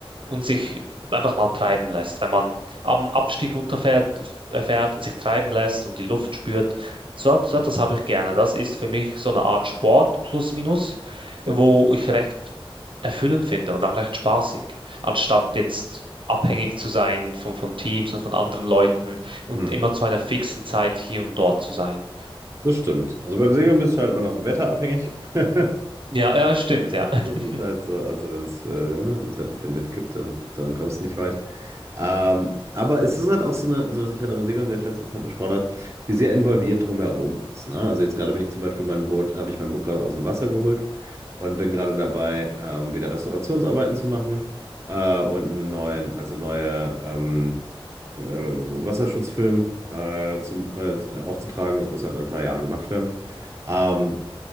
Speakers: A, on the right; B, on the right.
A: und sich einfach mal treiben lässt. Wenn man am Abstieg runterfährt äh, fährt und sich treiben lässt und die Luft spürt. So, so etwas habe ich gerne. Das ist für mich so eine Art Sport plus minus, wo ich recht erfüllend finde und auch recht spaßig, anstatt jetzt abhängig zu sein von, von Teams und von anderen Leuten und
B: Hm.
A: immer zu einer fixen Zeit hier und dort zu sein.
B: Das stimmt. Also beim Segeln bist du halt immer noch vom Wetter abhängig. <laughs>
A: Ja, ja, stimmt, ja, <laughs>
B: Das ist halt so, also wenn es äh, ja, ne, wenn's halt keinen Wind gibt, dann, dann kommst du nicht weit. Ähm, aber es ist halt auch so eine, also was ich halt am Segeln sehr schätze, ist halt eine Sportart, die sehr involviert drumherum ist. Ne? Also jetzt gerade bin ich zum Beispiel mein Boot, habe ich mein Boot gerade aus dem Wasser geholt und bin gerade dabei, ähm, wieder Restaurationsarbeiten zu machen äh, und einen neuen, also neue ähm, äh, Wasserschutzfilm äh, zum, äh, aufzutragen. Das muss halt ein paar Jahre gemacht werden. Ähm,